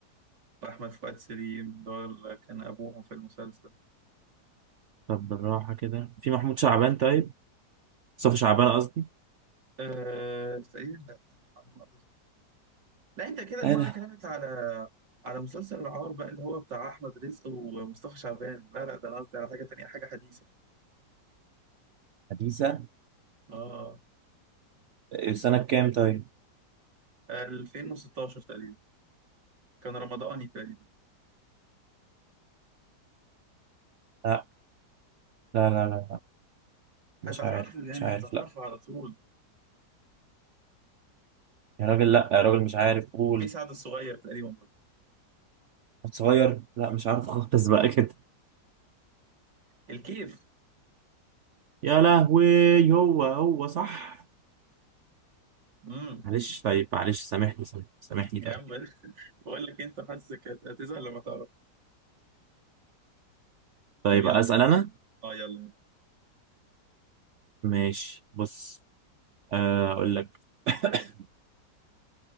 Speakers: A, on the right; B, on the right.
A: وأحمد فؤاد سليم دول كان أبوهم في المسلسل
B: طب بالراحة كده في محمود شعبان طيب مصطفى شعبان قصدي
A: أه تقريبا لا على ما أتذكر. لا أنت كده دماغك
B: ايه ده
A: كلمت على على مسلسل العار بقى اللي هو بتاع أحمد رزق ومصطفى شعبان لا لا ده أنا قصدي على حاجة تانية حاجة حديثة
B: حديثة
A: آه
B: سنة كام طيب؟
A: 2016 تقريبا كان رمضاني تقريبا
B: لا لا لا لا لا، مش
A: هتعرفه
B: عارف
A: يعني
B: مش عارف
A: هتعرفه
B: لا
A: على طول
B: يا راجل لا يا راجل مش عارف قول
A: في سعد الصغير تقريبا برضه
B: صغير لا مش عارف خالص بقى كده
A: الكيف
B: يا لهوي هو هو صح
A: امم
B: معلش طيب معلش سامحني سامحني سامحني
A: يا
B: طيب
A: عم بقول <laughs> بقول لك أنت حاسك هت- هتزهق لما تعرف
B: طيب
A: طب يلا
B: اسال انا
A: اه يلا
B: ماشي بص آه، اقول لك <coughs>